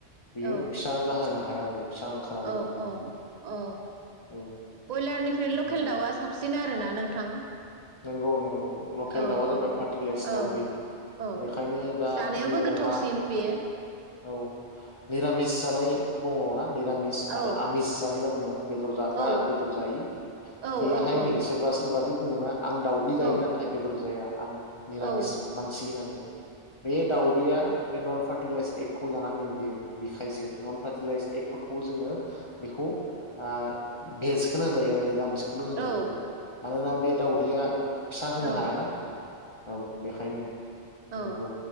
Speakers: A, on the left; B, on the right.
A: बियो
B: औ
A: फिसा जाहोनो हाया। आरो फिसा ओंखारा बेजों
B: औ औ। औ
A: औ
B: बयलारनिख्रुइ लखेल
A: नंगौ
B: दाउआ साबसिन आरो ना? नोंथां।
A: नोंगौ नंगौ। लकेल
B: औ
A: दाउआ
B: औ
A: जाबाय फार्टिलाइस
B: औ
A: दाउदै
B: औ
A: बेखायनो दा
B: जानायावबो
A: जोंनियावहा
B: गोथावसिन बेयो
A: औ निरामिस जानाय बुङ‌ना निरामिस
B: औ
A: आरो आमिस जानायन बेदर जाग्रा
B: औ
A: आरो बेदर जायि
B: औ
A: बेहाय
B: औ
A: नै सोरबा सोरबादि बुङोना आं दाावदै जायो
B: औ
A: नाथाय बेदर जाया आं निरामिस
B: औ औ
A: मानसि होननानै बे दाउदैया बे नन फार्टिलाइस एकगखौ जानांग बियो। बिखायसे नन फार्टिलायज एग। फोरखौ जोङो। बेखौ आ- बेसखौनो होनजायो आरो निरामिस। खौनो होनो
B: औ
A: बेखौ मानोना बे दाव। आ फिसा होनो
B: औ
A: हायाना औ बेखायनो
B: औ
A: नंगौ